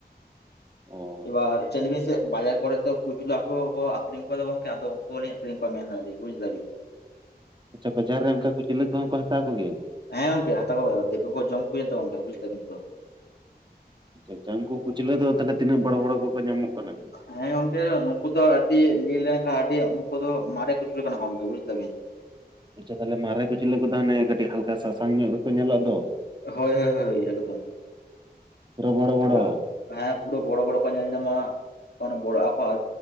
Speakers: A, on the right (about 25°); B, on the left (about 75°).
A: ᱚ
B: ᱮᱵᱟᱨ
A: ᱟᱪᱪᱷᱟ
B: ᱪᱮᱫ
A: ᱟᱪᱪᱷᱟ
B: ᱵᱤᱱ ᱥᱮ ᱵᱟᱡᱟᱨ ᱠᱚᱨᱮ ᱛᱚ ᱠᱩᱪᱞᱟ ᱠᱚ ᱟᱹᱠᱷᱨᱤᱧ ᱠᱚᱣᱟᱫᱟ ᱜᱚᱝᱠᱮ ᱟᱫᱚ ᱩᱱᱠᱩ ᱦᱚᱸ ᱞᱤᱧ ᱟᱠᱷᱨᱤᱧ ᱠᱚᱣᱟ ᱢᱮᱱ ᱮᱫᱟᱞᱤᱧ ᱵᱩᱡ ᱮᱫᱟ ᱵᱤᱱ᱾
A: ᱟᱪᱷᱟ ᱵᱟᱡᱟᱨ ᱨᱮ ᱚᱱᱠᱟ ᱠᱩᱪᱞᱟᱹ ᱠᱚᱦᱚᱸ ᱠᱚ ᱦᱟᱛᱟᱣ ᱠᱚᱜᱮᱭᱟ?
B: ᱦᱮᱸ ᱜᱚᱝᱠᱮ ᱦᱟᱛᱟᱣ ᱠᱚᱜᱮᱭᱟᱠᱚ ᱫᱤᱠᱩ ᱠᱚᱦᱚᱸ ᱠᱚ ᱡᱚᱢ ᱠᱚᱜᱮᱭᱟ ᱚᱸᱰᱮ ᱛᱚ ᱵᱩᱡ ᱫᱟᱵᱤᱱ ᱛᱚ᱾
A: ᱟᱪᱷᱟ ᱩᱱᱠᱩ ᱠᱩᱪᱞᱟᱹ ᱫᱚ ᱛᱤᱱᱟᱹᱜ ᱵᱚᱲᱚ ᱵᱚᱲᱚ ᱠᱚᱠᱚ ᱧᱟᱢᱚᱜ ᱠᱟᱱᱟ?
B: ᱦᱮᱸ ᱜᱚᱝᱠᱮ ᱱᱩᱠᱩ ᱫᱚ ᱟᱹᱰᱤ ᱞᱟᱹᱭ ᱞᱮᱱᱠᱷᱟᱱ ᱟᱹᱰᱤ ᱱᱩᱠᱩ ᱫᱚ ᱢᱟᱨᱮ ᱠᱩᱪᱞᱟᱹ ᱠᱟᱱᱟ ᱠᱚ ᱜᱚᱝᱠᱮ ᱵᱩᱡ ᱫᱟᱵᱤᱱ ᱾
A: ᱟᱪᱷᱟ ᱛᱟᱦᱚᱞᱮ ᱢᱟᱨᱮ ᱠᱩᱪᱞᱟᱹ ᱠᱚᱫᱚ ᱢᱟᱱᱮ ᱠᱟᱴᱤᱡ ᱦᱟᱞ ᱥᱟᱥᱟᱝ ᱧᱚᱜ ᱜᱮᱠᱚ ᱧᱮᱞᱚᱜ ᱫᱚ᱾
B: ᱦᱳᱭ ᱦᱳᱭ ᱦᱳᱭ ᱮᱠᱫᱚᱢ
A: ᱯᱩᱨᱟᱹ ᱵᱚᱲᱚ ᱵᱚᱲᱚ᱾
B: ᱟᱫᱚ ᱦᱮᱸ ᱯᱩᱨᱟᱹ ᱵᱚᱲᱚ ᱵᱚᱲᱚ ᱠᱚ ᱧᱮᱞ ᱧᱟᱢᱚᱜᱼᱟ᱾ ᱠᱚᱱᱚ ᱵᱚᱲᱚ ᱟᱠᱚ